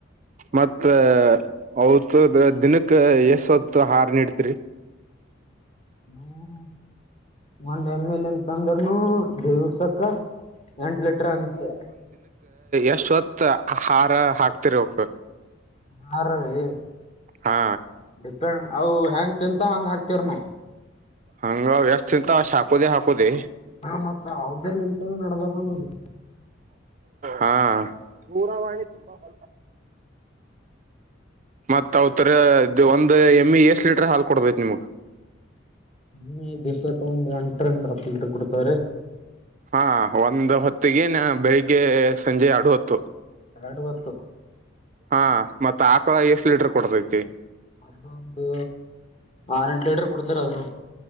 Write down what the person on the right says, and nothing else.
ಮತ್ತ ಅವತ್ ದಿನಕ್ಕೆ ಎಸ್ ಹೊತ್ತು ಆಹಾರ ನೀಡ್ತಿರಿ.
ಎಷ್ಟ್ ಹೊತ್ ಹಾರ ಹಾಕ್ತಿರಿ ಅವಕ್.
ಹಾ.
ಹಂಗ ವ್ಯಸ್ ಅಂತ ಅಷ್ಟ್ ಹಾಕೋದೇ ಹಾಕೋದೆ.
ಹಾ ದೂರವಾಣಿ ತುಂಬಾ ಹೊ. ಮತ್ ಅವ ತರ ಇ ಒಂದ್ ಎಮ್ ಎಷ್ಟ್ ಲೀಟರ್ ಹಾಲ್ ಕೊಡತೈತ್ ನಿಮಗ್.
ಹಾ ಒಂದು ಹೊತ್ತಿಗೆ ನ ಬೆಳಿಗ್ಗೆ ಸಂಜೆ ಎರಡು ಹೊತ್ತು.
ಹಾ ಮತ್ತ ಆಕಳ ಎಷ್ಟ ಲೀಟರ್ ಕೊಡ್ತೈತಿ.